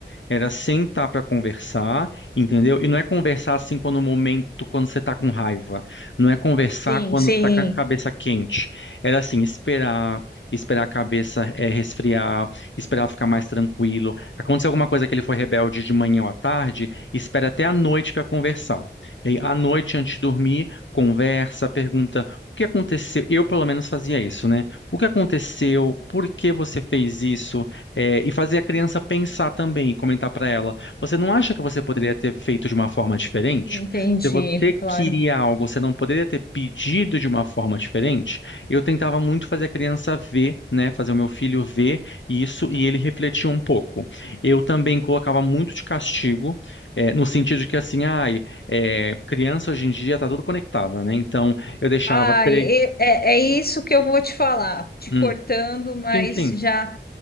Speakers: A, on the left; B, on the left.
A: Era sentar pra conversar, entendeu? E não é conversar assim quando o momento, quando você tá com raiva. Não é conversar
B: Sim,
A: quando
B: sim.
A: você tá com a cabeça quente. Era assim, esperar, esperar a cabeça eh, resfriar, esperar ficar mais tranquilo. Aconteceu alguma coisa que ele foi rebelde de manhã ou à tarde, espera até à noite pra conversar. E aí, à noite, antes de dormir, conversa, pergunta o que aconteceu. Eu, pelo menos, fazia isso, né? O que aconteceu? Por que você fez isso? É, e fazer a criança pensar também e comentar para ela: você não acha que você poderia ter feito de uma forma diferente?
B: Entendi,
A: Se você
B: claro.
A: queria algo, você não poderia ter pedido de uma forma diferente? Eu tentava muito fazer a criança ver, né, fazer o meu filho ver isso e ele refletir um pouco. Eu também colocava muito de castigo, é, no sentido de que assim, ai, é, criança hoje em dia tá tudo conectada, né? Então eu deixava
B: Ah,
A: três.
B: e- e- é, é isso que eu vou te falar, te
A: Hum.
B: cortando, mas
A: Sim, sim.
B: já